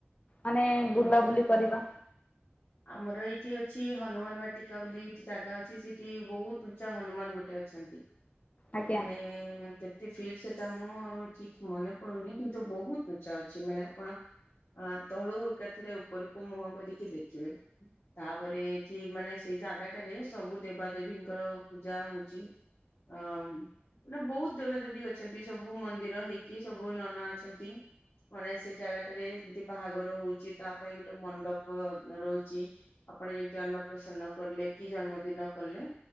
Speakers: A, on the left (about 30°); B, on the left (about 70°).
A: ମାନେ
B: ଆମର
A: ବୁଲାବୁଲି କରିବା।
B: ଆମର ଏଇଠି ଅଛି ହନୁମାନ ବାଟିକା ବୋଲି ଏଠି ଜାଗା ଅଛି ସେଠି ବହୁତ ଉଞ୍ଚା ହନୁମାନ ଗୋଟେ ଅଛନ୍ତି।
A: ଆଜ୍ଞା
B: ମାନେ। <unintelligible> ଫି <unintelligible> ମୁଁ ଠିକ ମନେ ପଡୁନି କିନ୍ତୁ ବହୁତ ଉଚା ଅଛି ମାନେ ଆପଣ ଆ ତଳୁ ଏକାଥରେ ଉପରକୁ ମୁହଁ କରିକି ଦେଖିବେ। ତାପରେ ଏଠି ମାନେ ସେଇ ଜାଗାଟାରେ ସବୁ ଦେବା ଦେବୀଙ୍କର ପୂଜା ହଉଛି। <unintelligible> ମାନେ ବହୁତ ଦେବାଦେବୀ ଅଛନ୍ତି ସବୁ ମନ୍ଦିର ହେଇକି ସବୁ ନନା ଅଛନ୍ତି। ଥରେ ସେ ଜାଗାଟାରେ ଜଦି ବାହାଘର ହଉଛି ତା ପାଇଁ ଗୋଟେ ମଣ୍ଡପ ରହୁଛି। ଆପଣ ଯେମିତି ଅନ୍ନ ପ୍ରସନ୍ନ କଲେ କି ଜନ୍ମଦିନ କଲେ